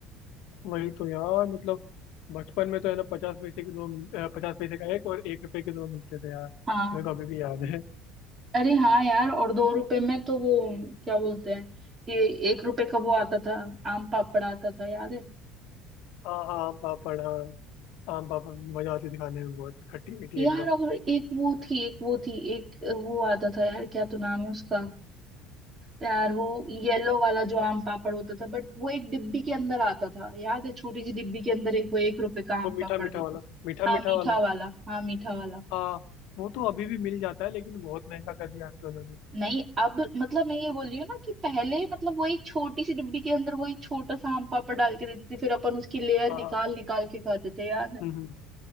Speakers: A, on the left (about 70°); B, on the right (about 25°).
A: वही तो यार मतलब बचपन में तो है ना पचास पैसे के दो मिल- अ, पचास पैसे का एक और एक रुपए के दो मिलते थे यार
B: हाँ
A: मेरे को अभी भी याद है
B: अरे हाँ यार और दो रुपए में तो वो क्या बोलते हैं ये एक रुपए का वो आता था आम पापड़ आता था याद है
A: हाँ हाँ आम पापड़ हाँ आम पापड़ मजा आती थी खाने में बहुत खट्टी मीठी
B: यार
A: एकदम
B: और एक वो थी एक वो थी एक वो आता था यार क्या तो नाम है उसका यार वो येलो वाला जो आम पापड़ होता था बट वो एक डिब्बी के अंदर आता था याद है छोटी सी डिब्बी के अंदर एक वो एक रुपए का आम
A: वो मीठा
B: पापड़
A: मीठा
B: देते
A: वाला
B: थे
A: मीठा
B: हाँ
A: मीठा
B: मीठा
A: वाला
B: वाला हाँ मीठा वाला
A: हाँ वो तो अभी भी मिल जाता है लेकिन बहुत महंगा कर दिया अंकल उन्होंने
B: नहीं अब मतलब मैं ये बोल रही हूँ ना कि पहले मतलब वो एक छोटी सी डिब्बी के अंदर वो एक छोटा सा आम पापड़ डाल के देते थे फिर अपन उसकी लेयर
A: हाँ हाँ
B: निकाल निकाल के खाते थे यार
A: हम्म हम्म,